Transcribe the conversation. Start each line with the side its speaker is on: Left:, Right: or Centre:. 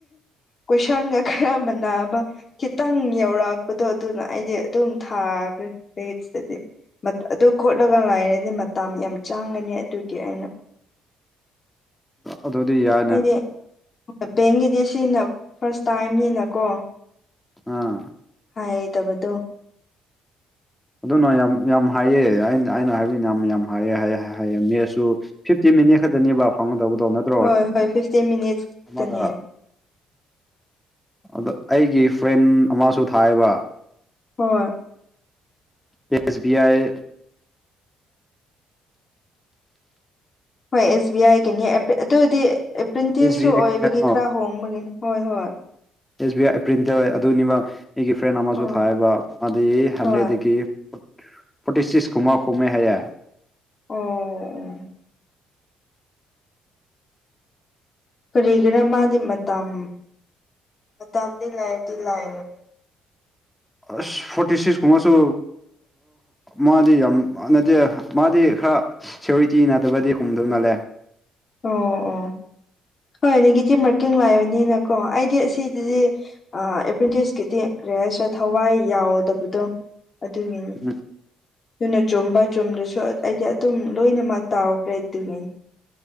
Left: ꯀꯣꯏꯁꯥꯡꯒ ꯈꯔ ꯃꯥꯟꯅꯕ ꯈꯤꯇꯪ ꯌꯧꯔꯥꯛꯄꯗꯣ ꯑꯗꯨꯅ ꯑꯩꯗꯤ ꯑꯗꯨꯝ ꯊꯥꯒ꯭ꯔꯦ ꯃꯦꯠꯁ ꯇꯗꯤ ꯑꯗꯨ ꯈꯣꯠꯂꯒ ꯂꯥꯏꯔꯗꯤ ꯃꯇ ꯌꯥꯝ ꯆꯥꯡꯉꯅꯤ ꯑꯗꯨꯒꯤ ꯑꯩꯅ
Centre: ꯑꯗꯨꯗꯤ ꯌꯥꯏ
Left: ꯑꯩꯗꯤ ꯕꯦꯡꯒꯤꯗꯤ ꯁꯤꯅ ꯐꯥꯔꯁ ꯇꯥꯏꯝꯅꯤꯅꯀꯣ
Centre: ꯑꯥ
Left: ꯍꯥꯏꯗꯕꯗꯣ
Centre: ꯑꯗꯨꯅ ꯌꯥꯝ ꯌꯥꯝ ꯍꯥꯏꯌꯦ ꯑꯩꯅ ꯑꯩꯅ ꯍꯥꯏꯕꯅꯤ ꯌꯥꯝ ꯌꯥꯝ ꯍꯥꯏ ꯍꯥꯏꯌꯦ ꯃꯦꯠꯁꯨ ꯐꯤꯐꯇꯤ ꯃꯤꯅꯤꯠ ꯈꯛꯇꯅꯦꯕ ꯐꯪꯒꯗꯕꯗꯣ ꯅꯠꯇ꯭ꯔꯣ
Left: ꯍꯣꯏ ꯍꯣꯏ ꯐꯤꯐꯇꯤꯟ ꯃꯤꯅꯤꯠꯁ ꯈꯛꯇꯅꯦ
Centre: ꯑꯃꯗ ꯑꯗ ꯑꯩꯒꯤ ꯐ꯭ꯔꯦꯟ ꯑꯃꯁꯨ ꯊꯥꯏꯌꯦꯕ
Left: ꯍꯣꯏ
Centre: ꯑꯦꯁ ꯕꯤ ꯑꯥꯏ
Left: ꯍꯣꯏ ꯑꯦꯁ ꯕꯤ ꯑꯥꯏꯒꯤꯅꯤ ꯑꯗꯨꯗꯤ ꯑꯦꯄ꯭ꯔꯤꯟꯇꯦꯠꯁꯨ
Centre: ꯑꯦꯁ ꯕꯤ ꯑꯥꯏ
Left: ꯑꯣꯏꯕꯒꯤ
Centre: ꯀꯔꯤ ꯍꯥꯏꯕꯅꯣ
Left: ꯈꯔ ꯍꯣꯡꯕꯒꯤꯅꯤ ꯍꯣꯏ ꯍꯣꯏ
Centre: ꯑꯦꯁ ꯕꯤ ꯑꯥꯏ ꯄ꯭ꯔꯤꯟꯇꯔ ꯑꯗꯨꯅꯤꯕ ꯑꯩꯒꯤ ꯐ꯭ꯔꯦꯟ ꯑꯃꯁꯨ
Left: ꯑꯣ
Centre: ꯊꯥꯏꯌꯦꯕ ꯃꯥꯗꯤ ꯍꯟꯗ꯭ꯔꯦꯗꯒꯤ
Left: ꯍꯣꯏ ꯑꯣ
Centre: ꯐꯣꯔꯇꯤ ꯁꯤꯛꯁ ꯀꯨꯝꯃ ꯍꯨꯝꯃꯦ ꯍꯥꯏꯌꯥ
Left: ꯑꯣ ꯑꯣ ꯀꯔꯤꯒꯤꯔꯥ ꯃꯥꯗꯤ ꯃꯇꯝ ꯃꯇꯝꯗꯤ ꯂꯥꯏꯔꯗꯤ ꯂꯥꯏꯔꯦ
Centre: ꯑꯁ ꯐꯣꯔꯇꯤ ꯁꯤꯛꯁꯀꯨꯝꯕꯁꯨ ꯃꯥꯗꯤ ꯌꯥꯝ ꯅꯠꯇꯦ ꯃꯥꯗꯤ ꯈꯔ ꯁꯤꯌꯎꯔꯤꯇꯤ ꯅꯠꯇꯕꯗꯤ ꯈꯨꯝꯗꯧ ꯃꯥꯜꯂꯦ
Left: ꯑꯣ ꯑꯣ ꯍꯣꯏ ꯅꯦꯒꯦꯇꯤꯞ ꯃꯥꯔꯀꯤꯡ ꯂꯩꯕꯅꯤꯅꯀꯣ ꯑꯩꯗꯤ ꯑꯁꯤꯗꯗꯤ ꯑꯦꯄ꯭ꯦꯟꯇꯤꯁꯀꯤ ꯔꯤꯍꯥꯜꯁꯦꯜ ꯊꯋꯥꯏ ꯌꯥꯎꯗꯕꯗꯣ ꯑꯗꯨꯒꯤꯅꯤ
Centre: ꯎꯝ
Left: ꯑꯗꯨꯅ ꯆꯨꯝꯕ ꯆꯨꯝꯗꯁꯨ ꯑꯩꯗꯤ ꯑꯗꯨꯝ ꯂꯣꯏꯅꯃꯛ ꯇꯥꯎꯈ꯭ꯔꯦ <unintelligible>